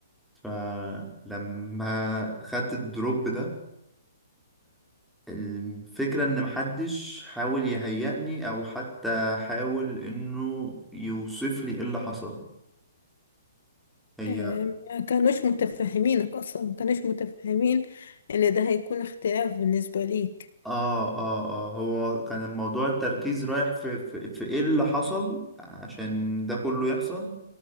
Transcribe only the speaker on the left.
إيه ما كانوش متفهمينك أصلا ما كانوش متفهمين إن ده هيكون اختلاف بالنسبة ليك